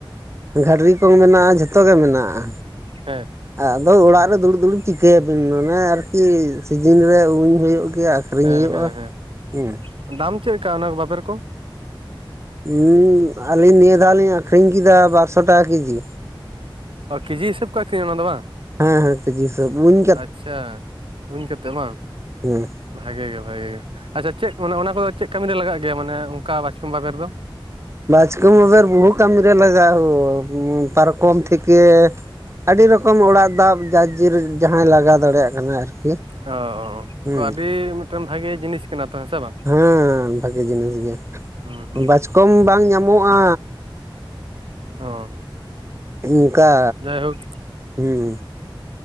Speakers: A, on the right; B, on the right.
A: ᱜᱟᱹᱰᱨᱤ ᱠᱚ ᱢᱮᱱᱟᱜᱼᱟ ᱡᱷᱚᱛᱚ ᱜᱮ ᱢᱮᱱᱟᱜᱼᱟ
B: ᱦᱮᱸ
A: ᱟᱫᱚ ᱚᱲᱟᱜ ᱨᱮ ᱫᱩᱲᱩᱵ ᱫᱩᱲᱩᱵ ᱪᱤᱠᱟᱹᱭᱟᱵᱤᱱ ᱢᱟᱱᱮ ᱟᱨᱠᱤ ᱥᱤᱡᱤᱱ ᱨᱮ ᱩᱧ ᱦᱩᱭᱩᱜ ᱜᱮᱭᱟ ᱟᱠᱷᱨᱤᱧ
B: ᱦᱮᱸ
A: ᱦᱩᱭᱩᱜᱼᱟ
B: ᱦᱮᱸ ᱦᱮᱸ
A: ᱦᱩᱸ
B: ᱫᱟᱢ ᱪᱮᱫ ᱞᱮᱠᱟ ᱚᱱᱟ ᱵᱟᱵᱮᱨ ᱠᱚ
A: ᱦ ᱟᱹᱞᱤᱧ ᱱᱤᱭᱟᱹ ᱫᱷᱟᱣ ᱞᱤᱧ ᱟᱠᱷᱨᱤᱧ ᱠᱮᱫᱟ ᱵᱟᱨᱥᱚ ᱴᱟᱠᱟ ᱠᱮᱡᱤ
B: ᱚ ᱠᱮᱡᱤ ᱦᱤᱥᱟᱹᱵᱽ ᱠᱚ ᱟᱠᱤᱨᱧᱟ ᱚᱱᱟ ᱫᱚ ᱵᱟᱝ
A: ᱦᱮᱸ ᱦᱮᱸ ᱦᱤᱥᱟ. ᱵ ᱤᱧ
B: ᱟᱪᱪᱷᱟ ᱩᱧ ᱠᱟᱛᱮ ᱵᱟᱝ
A: ᱦᱮᱸ
B: ᱵᱷᱟᱜᱮ ᱜᱮ ᱵᱷᱟᱜᱮ ᱜᱮ ᱟᱪᱪᱷᱟ ᱪᱮᱫ ᱢᱟᱱᱮ ᱚᱱᱟ ᱠᱚᱫᱚ ᱪᱮᱫ ᱠᱟᱹᱢᱤ ᱨᱮ ᱞᱟᱜᱟᱜ ᱜᱮᱭᱟ ᱢᱟᱱᱮ ᱚᱱᱠᱟ ᱵᱟᱪᱠᱚᱢ ᱵᱟᱵᱮᱨᱫᱚ
A: ᱵᱟᱪᱠᱚᱢ ᱵᱟᱵᱮᱟᱨ ᱵᱚᱦᱩ ᱠᱟᱹᱢᱤ ᱨᱮ ᱞᱟᱜᱟᱜ ᱦᱳ ᱯᱟᱨᱠᱚᱢ ᱛᱦᱮᱠᱮ ᱟᱹᱰᱤ ᱨᱚᱠᱚᱢ ᱚᱲᱟᱜ ᱫᱟᱵ ᱡᱟᱨ ᱡᱮᱨ ᱡᱟᱦᱟᱸᱭ ᱞᱟᱜᱟᱣ ᱫᱟᱲᱮᱭᱟᱜ ᱠᱟᱱᱟ ᱟᱨᱠᱤ
B: ᱚ
A: ᱦᱮᱸ
B: ᱛᱚ ᱟᱹᱰᱤ ᱢᱤᱫᱴᱮᱱ ᱵᱷᱟᱜᱮ ᱡᱤᱱᱤᱥ ᱠᱟᱱᱟ ᱛᱚ ᱦᱮᱸ ᱥᱮ ᱵᱟᱝ
A: ᱦᱮᱸ ᱵᱷᱟᱜᱤ ᱡᱤᱱᱤᱥ ᱜᱮᱭᱟ
B: ᱦᱩᱸ ᱦᱩᱸ
A: ᱵᱟᱪᱠᱚᱢ ᱵᱟᱝ ᱧᱟᱢᱚᱜᱼᱟ
B: ᱚ
A: ᱚᱝᱠᱟ
B: ᱡᱟᱭᱦᱳᱠ
A: ᱦᱮᱸ